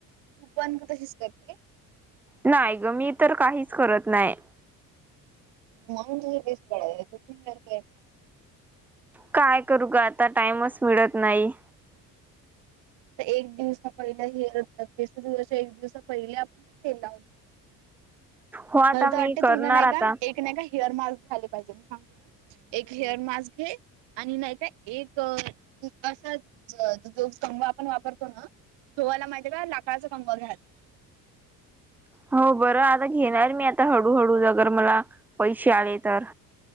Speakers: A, on the right; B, in the centre.
A: तू पण का तशीच करते?
B: नाही ग मी तर काहीच करत नाही.
A: मग तुम्ही केस गळीच हेअर केअर करत नाही?
B: काय करूं ग आता टाइमच मिळतं नाही.
A: ते एक दिवसा पहिलं हेअर केस धुवायच्या एक दिवस पहिले आपण तेल लावतो.
B: हो आता
A: मला तर
B: मी
A: वाटते
B: करणार
A: तु ना नाही
B: आता
A: का, एक नाही का हेअर मास्क घ्याले पाहिजे मी सांगतो ना, एक हेअर मास्क घे आणि नाही का एक, असा जो कंगवा आपण वापरतो ना धुवायला माहितीये का? लाकडचा कंगवा घ्यायचा.
B: हो बरं आता घेणारं मी आता हळूहळू अगर मला, पैसे आले तर.